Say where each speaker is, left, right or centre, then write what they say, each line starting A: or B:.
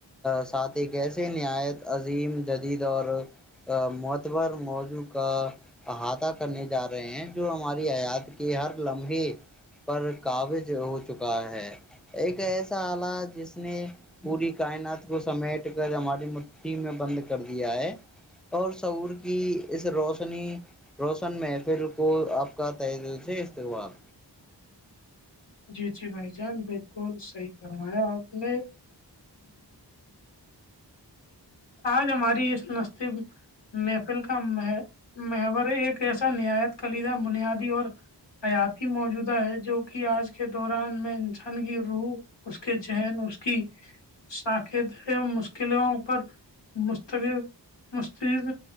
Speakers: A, in the centre; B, on the left (about 75°).
A: ساتھ ہی ایسے نہایت عظیم جدید اور معتبر موضوع کا احاطہ کرنے جا رہے ہیں جو ہماری آیات کہ ہر لمحے پر کاابز ہو چکا ہے ایک ایسا آلہ جس نے پوری کائنات کو سمیٹ کر ہماری مٹھی میں بند کر دیا ہے اور سعور کی اس روشنی روشن محفل کو آپ کا تہل سے استقبال
B: جی جی بھائی جان بالکل صحی فرمایا آپ نے آج ہماری اس مس محفل کا م محور ایک ایسا نہایت کلیدہ بنیادی اور حیاتی موجودہ ہے جو کہ آج کے دوران میں انسان کی روح اس کے ذہن اس کی سااکیت مشکلوں پر مستقل مستد